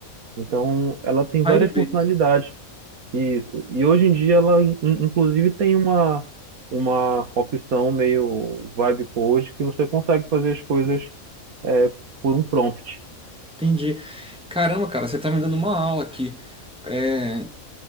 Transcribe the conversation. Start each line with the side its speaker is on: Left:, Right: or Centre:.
Right: então ela tem várias
Centre: Firebase,
Right: funcionalidades. Isso. E hoje em dia ela, in- in- inclusive, tem uma, uma opção meio vibe code que você consegue fazer as coisas é, por um prompt.
Centre: entendi. Caramba, cara, você tá me dando uma aula aqui. É,